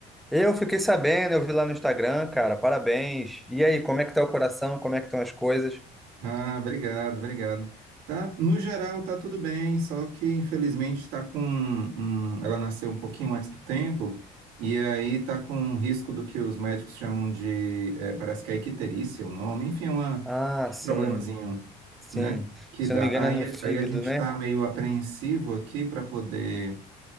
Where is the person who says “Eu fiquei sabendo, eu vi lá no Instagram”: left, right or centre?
Centre